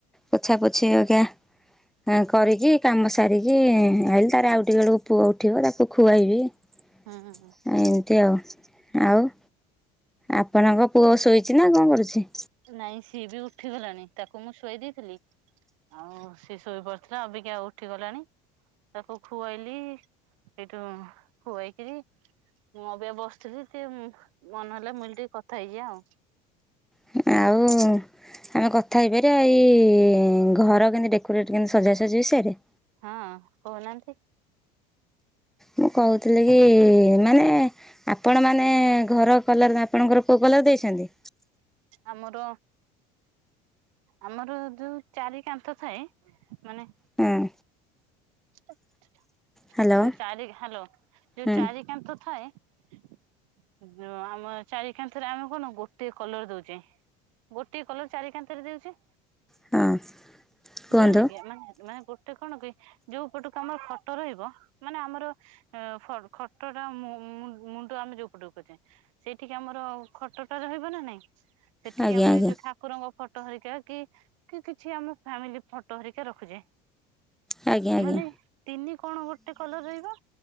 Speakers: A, in the centre; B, on the right (about 85°).
A: ପୋଛା ପୋଛି ହଏକା। ଆଁ କରିକି କାମ ସାରିକି ଆଇଲି ତାପର ଆଉ ଟିକେ ବେଳକୁ ପୁଅ ଉଠିବ ତାକୁ ଖୁଆଇବି। ଏମିତି
B: ହୁଁ ହୁଁ
A: ଆଉ, ଆଉ? ଆପଣଙ୍କ ପୁଅ ଶୋଇଚି ନା କଣ କରୁଛି?
B: ନାଇଁ ସିଏ ବି ଉଠିଗଲାଣି ତାକୁ ମୁଁ ଶୁଆଇ ଦେଇଥିଲି ଆଉ ସିଏ ଶୋଇ ପଡିଥିଲା ଅବିକା ଉଠିଗଲାଣି। ତାକୁ ଖୁଆଇଲି ସେଇଠୁ ଖୁଆଇକିରି ମୁଁ ଅବିକା ବସିଥିଲି ଟିକେ ମୁଁ ମନେହଲା ମୁଁ କହିଲି ଟିକେ କଥା ହେଇଯିଆ ଆଉ।
A: ଆଉ ଆମେ କଥା ହେଇପାରିବା ଏଇ ଘର କେମତି ଡେକୋରେଟ୍ କେମତି ସଜାସଜି ବିଷୟରେ।
B: ହଁ କୋହୁନାହାନ୍ତି।
A: ମୁଁ କହୁଥିଲି କି ମାନେ ଆପଣମାନେ ଘର କଲର୍ ନା ଆପଣଙ୍କର କୋଉ କଲର୍ ଦେଇଛନ୍ତି?
B: ଆମର ଆମର ଯୋଉ ଚାରି କାନ୍ଥ ଥାଏ ମାନେ
A: ହଁ
B: ଯୋଉ
A: ହ୍ୟାଲୋ
B: ଚାରି ହାଲୋ ଯୋଉ
A: ହୁଁ
B: ଚାରି କାନ୍ଥ ଥାଏ ଉଁ ଯୋଉ ଆମେ ଚାରିକାନ୍ଥରେ ଆମେ କଣ ଗୋଟିଏ କଲର୍ ଦୋଉ ଚି ଗୋଟିଏ କଲର ଚାରି କାନ୍ଥରେ ଦିଆହୋଉଚି।
A: ହଁ କୁହନ୍ତୁ।
B: ଦୋଉନେକି ଆମେମାନେ ମାନେ ଗୋ ଟେ କଣ କି ଯୋଉ ପଟକୁ ଆମର ଫଟୋ ରହିବ ମାନେ ଆମର ଏ ଫ-ଖଟଟା ମୁ-ମୁଁ-ମୁଣ୍ଡ ଆମେ ଯୋଉ ପଟକୁ କରଚେ ସେଇଠିକି ଆମର ଖଟଟା ରହିବ ନା ନାଇଁ ସେଠିକି
A: ଆଜ୍ଞା
B: ଆମେ
A: ଆଜ୍ଞା
B: ଯୋଉଠା ଠାକୁରଙ୍କ ଫଟୋ ହରିକା କି କି କିଛି ଆମ ଫ୍ୟାମିଲି ଫଟୋ ହରିକା ରଖୁଚେ
A: ଆଜ୍ଞା ଆଜ୍ଞା
B: ମାନେ ତିନି କଣ ଗୋଟେ କଲର ରହିବ?